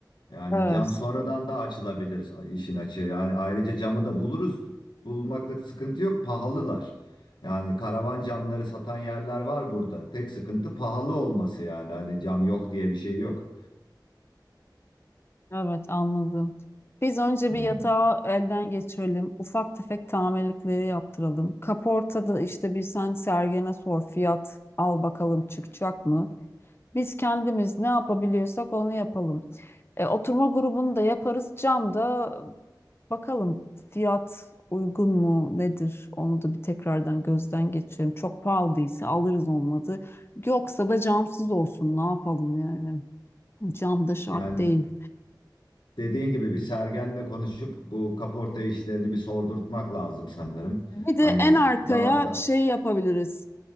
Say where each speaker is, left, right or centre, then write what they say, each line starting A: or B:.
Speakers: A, on the left; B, on the left.
A: Yani
B: Evet.
A: cam sonradan da açılabilir işin açığı. Yani ayrıca camı da buluruz. Bulmakta sıkıntı yok. Pahalılar. Yani karavan camları satan yerler var burada. Tek sıkıntı pahalı olması yani. Hani cam yok diye bir şey yok.
B: Evet anladım. Biz önce
A: Hmm.
B: bir yatağı elden geçirelim. Ufak tefek tamirlikleri yaptıralım. Kaportada işte bir sen Sergen'e sor fiyat al bakalım çıkacak mı? Biz kendimiz ne yapabiliyorsak onu yapalım. E, oturma grubunu da yaparız. Cam da bakalım fiyat uygun mu nedir? Onu da bir tekrardan gözden geçirelim. Çok pahalıysa alırız olmadı. Yoksa da camsız olsun. Ne yapalım yani? Cam da şart
A: Yani
B: değil.
A: dediğin gibi bir Sergen'le konuşup bu kaporta işlerini bir sordurtmak lazım sanırım.
B: Bir de
A: Hani
B: en arkaya
A: daha
B: şey yapabiliriz.